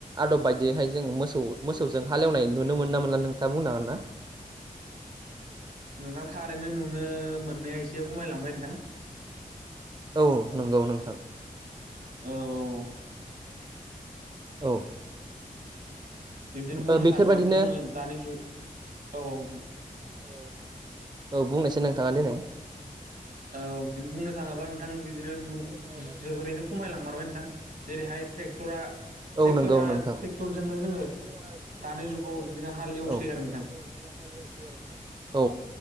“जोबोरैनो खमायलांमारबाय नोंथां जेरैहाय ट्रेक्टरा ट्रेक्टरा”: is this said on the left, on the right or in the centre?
Right